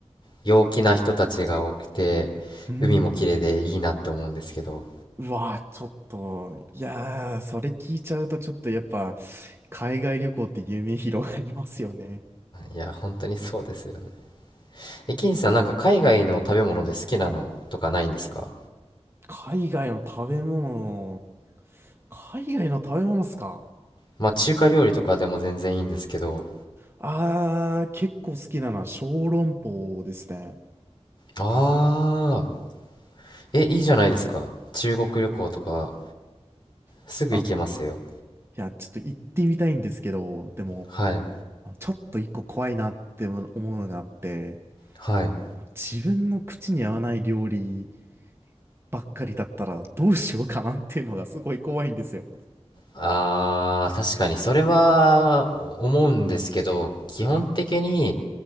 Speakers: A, on the left (about 45°); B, on the right (about 20°).
A: 陽気な人たちが多くて、
B: うん。
A: 海も綺麗でいいなって思うんですけど、
B: うわー、ちょっと、いやー、それ聞いちゃうとちょっとやっぱ、海外旅行って夢広がりますよね。
A: いや、本当にそうですよね。え、銀さん、なんか海外の食べ物で好きなのとかないんですか
B: 海外の食べ物、海外の食べ物っすか
A: まあ、中華料理とかでも全然いいんですけど、
B: あー、結構好きなのは小籠包ですね。
A: ああ、え、いいじゃないですか。中国旅行とか、
B: すあ、
A: すぐ行けますよ。
B: いや、ちょっと行ってみたいんですけど、でも、
A: はい、
B: ちょっと一個怖いなって思うのがあって、
A: はい。
B: こう自分の口に合わない料理ばっかりだったらどうしようかなっていうのがすごい怖いんですよ。
A: あー確かにそれは思うんですけど基本的に
B: はい。